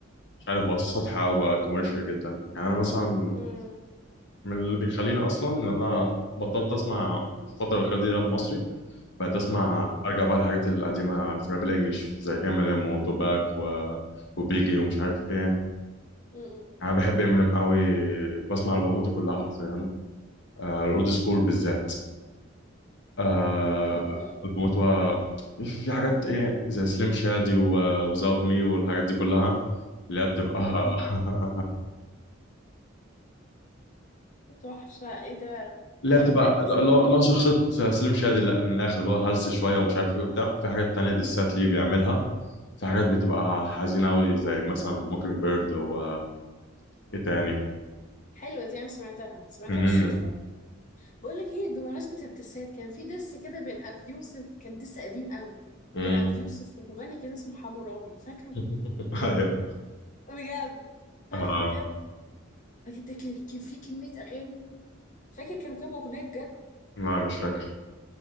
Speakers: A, on the left; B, on the left.
A: مش عارف بقى سطحي او بقى كوميرشال جدا يعني انا مثلا
B: امم
A: من اللي بيخليني اصلا ان انا بطلت اسمع الفتره الاخيره دي راب مصري بقيت اسمع
B: اه
A: ارجع بقى الحاجات القديمه في الراب الانجليش زي امينيم وتوباك و... وبيجي ومش عارف ايه
B: م-
A: انا بحب امينيم قوي بسمع البوماته كلها حرفيا آه الاولد سكول بالذات آه
B: م. م.
A: البومات بقى في في حاجات ايه زي سليم شادي وزاوت مي والحاجات دي كلها اللي هي بتبقى
B: <laughs>
A: <laughs>
B: تحفة ايه ده
A: اللي
B: لا
A: هي بتبقى
B: بجد تحفة
A: اللي هو
B: جدا
A: اللي هو شخصية سليم شادي لا، من الآخر اللي هو هلس شوية ومش عارف ايه وبتاع وفي حاجات تانية ديسات ليه بيعملها في حاجات بتبقى حزينة أوي زي مثلا موكينج بيرد و ايه تاني
B: حلوة دي انا سمعتها سمعتها
A: مم.
B: بالصدفة بقول لك ايه بمناسبة الدسات كان في دس كده بين ابي يوسف كان دس قديم قوي
A: مم.
B: بين ابي يوسف ومغني كده اسمه حمو رابي فاكره
A: <laughs> ايوه
B: بجد فاكره
A: آه.
B: بجد بجد كان كان في كمية اغاني فاكر كانوا كام اغنية بجد
A: لا مش فاكر